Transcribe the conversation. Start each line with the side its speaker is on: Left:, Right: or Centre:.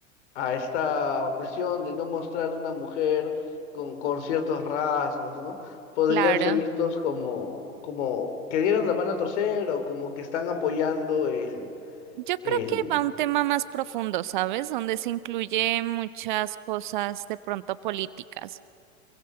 Left: a esta presión de no mostrar una mujer con, con ciertos rasgos, ¿no? Podrían
Right: claro.
Left: ser vistos como, como que dieron la mano a torcer o como que están apoyando el,
Right: Yo creo
Left: el...
Right: que va a un tema más profundo, ¿sabes? Donde se incluye muchas cosas de pronto políticas.